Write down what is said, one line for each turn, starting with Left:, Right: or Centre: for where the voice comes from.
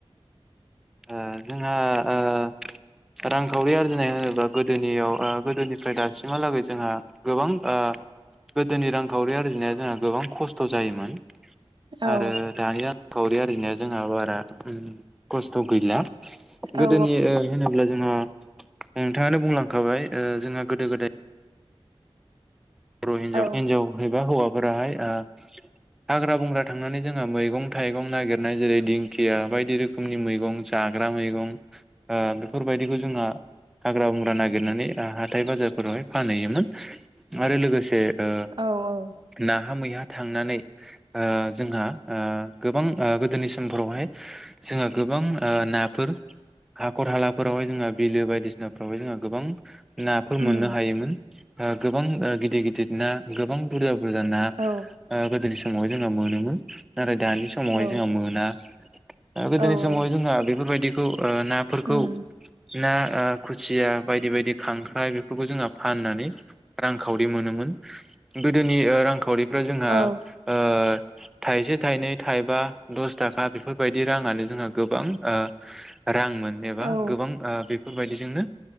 Centre: ओ जोंहा ओ रांखावरि आरजिनाय होनोब्ला गोदोनियाव गोदोनिफ्राय दासिम बिहालागै जोंहा गोबां ओ गोदोनि रांखावरि आरजिनाया जोंहा गोबां खस्थ' जायोमोन
Right: औ
Centre: आरो दानिया खावरि आरजिनाया जोंहा बारा खस थ' गैला
Right: औ
Centre: गोदोनि ओ होनोब्ला जोङो नोंथाङानो बुंलांखाबाय ओ जोंहा गोदो गोदाय बर' हिनजाव
Right: औ
Centre: हिन्जाव एबा हौवा फोरावहाय ओ हाग्रा बंग्रा थांनानै जोंहा मैगं थाइगं नागिरनाय जेरै दिंखिया बायदि रोखोमनि मैगं जाग्रा मैगं ओ बेफोरबायदिखौ जोंहा हाग्रा बंग्रा नागिरनानै ओ हाथाइ बाजारफोरावहाय फानहैयोमोन आरो लोगोसे ओ
Right: औ औ
Centre: नाहा मैहा थांनानै ओ जोंहा ओ गोबां ओ गोदोनि समफोरावहाय जोंहा गोबां ओ नाफोर हाखर हालाफोरावहाय जोंहा बिलो बायदिसिनाफोरावहाय जोङो गोबां नाफोर मोननो
Right: उम
Centre: हायोमोन आ गोब बां ओ गिदिद गिदिद ना गोबां बुरुजा बुरजा ना
Right: औ
Centre: ओ गोदोनि स <unintelligible> जोंहा मोनोमोन नाथाय दानि समावहाय
Right: औ
Centre: जोंहा मोना ओ गोदोनि
Right: औ
Centre: समावहाय जोंहा बेफोरबायदि ओ नाफोरखौ
Right: उम
Centre: ना ओ खुसिया बायदि बायदि खांख्राइ बेफोरखौ जोंहा फाननानै रांखावरि मोनोमोन गोदोनि ओ रांखावरि फ्राय जोंहा
Right: औ
Centre: ओ थाइसे थाइनै थाइबा दस थाखा बेफोरबायदि राङानो जोंहा गोबां ओ रांमोन एबा
Right: औ ओं औ
Centre: गोबां बेफोरबायदि जोंनो